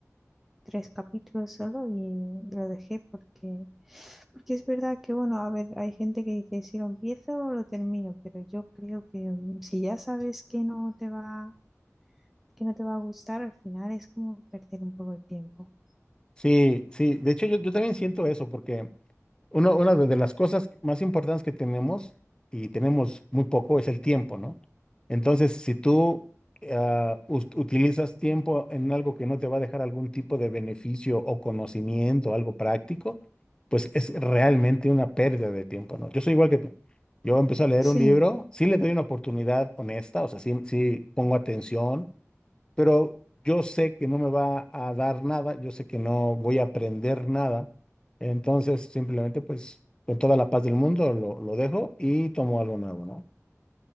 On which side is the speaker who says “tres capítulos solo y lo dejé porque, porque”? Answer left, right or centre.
Centre